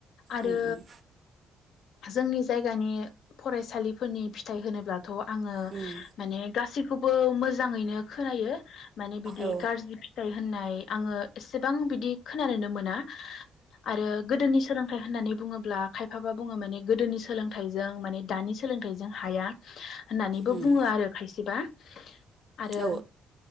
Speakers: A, on the left; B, on the right.
A: आरो
B: उम उम
A: जोंनि जायगानि फरायसालिफोरनि फिथाइ होनोब्लाथ' आङो
B: उम
A: माने गासैखौबो मोजां मोजाङैनो खोनायो माने बिदि
B: औ
A: गाज्रि फिथाइ होननाय आङो एसेबां बिदि खोनानोनो मोना। आरो गोदोनि सोलोंथाइ होननानै बुङोब्ला खायफाबा बुङो माने गोदोनि सोलोंथाइजों माने दानि सोलोंथाइजों हाया होननानै बुङो
B: उम
A: आरो खायसेबा <inaudible> आरो
B: औ